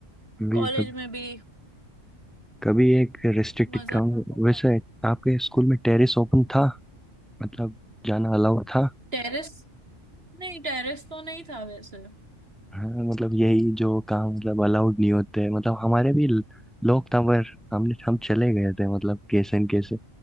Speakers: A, in the centre; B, on the right (about 50°).
A: भी
B: कॉलेज
A: कभी
B: में भी
A: कभी एक रेस्ट्रिक्टेड
B: मजा
A: काम
B: आता
A: वैसे आपके स्कूल में टेरेस ओपन था मतलब जाना अलाउड था
B: टेरेस नहीं टेरेस तो नहीं था वैसे
A: हाँ मतलब यही जो काम मतलब अलाउड नहीं होते मतलब हमारे भी ल- लोग था पर हमने हम चले गए थे मतलब कैसे न कैसे